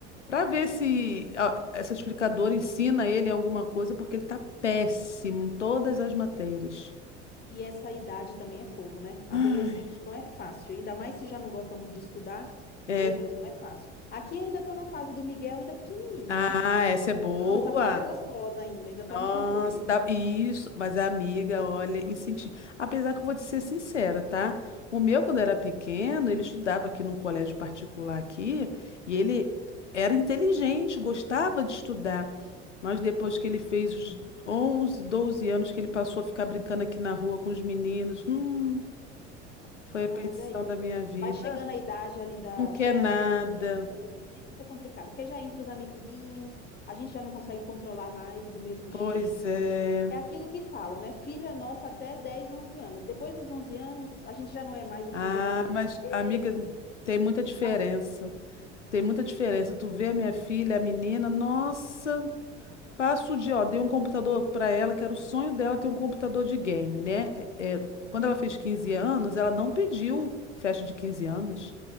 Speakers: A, on the left; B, on the left.
A: para ver se a- essa explicadora ensina ele alguma coisa, porque ele tá péssimo em todas as matérias.
B: E essa idade também é fogo, né? Adolescente
A: Ai.
B: não é fácil, ainda mais se já não gosta muito de estudar.
A: É.
B: Meu Deus, não é fácil. Aqui ainda tô na fase do Miguel, ainda pequenininho,
A: Ah,
B: né?
A: essa é boa.
B: Então, essa fase é gostosa ainda, ainda está
A: Nossa,
B: no controle.
A: dá... isso. Mas a amiga, olha, incentivo. Apesar que eu vou te ser sincera, tá? O meu, quando era pequeno, ele estudava aqui num colégio particular aqui e ele era inteligente, gostava de estudar. Mas depois que ele fez os 11, 12 anos que ele passou a ficar brincando aqui na rua com os meninos, hum, foi
B: Ah,
A: a perdição
B: mas é isso.
A: da minha vida.
B: Vai chegando a idade ali da
A: Não quer
B: pré-adolescência,
A: nada.
B: adolescência é complicado, porque já entra os amiguinhos, a gente já não consegue controlar mais do mesmo
A: Pois
B: jeito.
A: é.
B: É aquilo que falam, né? Filho é nosso até 10, 11 anos. Depois dos 11 anos, a gente já não é mais o
A: Ah,
B: primeiro amor da
A: mas
B: vida dele,
A: amiga, tem muita diferença.
B: já muda.
A: Tem muita diferença. Tu vê a minha filha, a menina, nossa, passo o dia, ó, dei um computador pra ela, que era o sonho dela ter um computador de game, né? É, é, quando ela fez 15 anos, ela não pediu festa de 15 anos.